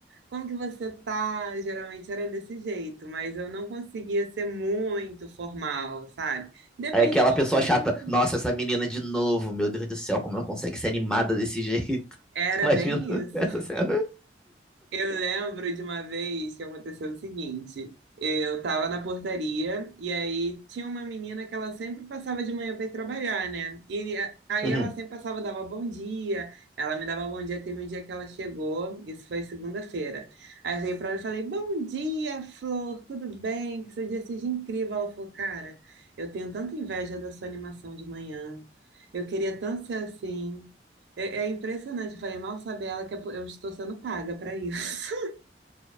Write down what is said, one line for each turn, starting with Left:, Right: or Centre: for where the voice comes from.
Right: Como que você tá? Geralmente era desse jeito, mas eu não conseguia ser muito formal, sabe? Depende
Centre: aí aquela
Right: da
Centre: pessoa
Right: ocasião
Centre: chata.
Right: também.
Centre: Nossa, essa menina de novo. Meu Deus do céu, como ela consegue ser animada desse jeito?
Right: Era
Centre: <laughs> Imagino
Right: bem isso.
Centre: essa cena.
Right: Eu lembro de uma vez que aconteceu o seguinte: eu tava na portaria e aí tinha uma menina que ela sempre passava de manhã para ir trabalhar, né? E a- aí
Centre: Uhum.
Right: ela sempre passava, dava bom dia, ela me dava bom dia. Teve um dia que ela chegou, isso foi segunda-feira. Aí eu veio para ela e falei: Bom dia, Flor, tudo bem? Que seu dia seja incrível. Ela falou: Cara, eu tenho tanta inveja da sua animação de manhã. Eu queria tanto ser assim. É, é impressionante, eu falei, mal sabe ela que eu estou sendo paga para isso. <laughs>